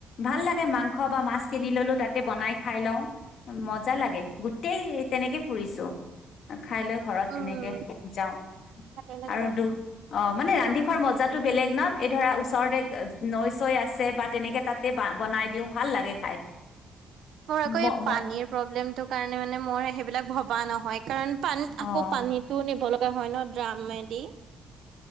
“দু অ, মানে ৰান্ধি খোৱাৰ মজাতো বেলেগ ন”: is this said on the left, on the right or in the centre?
Left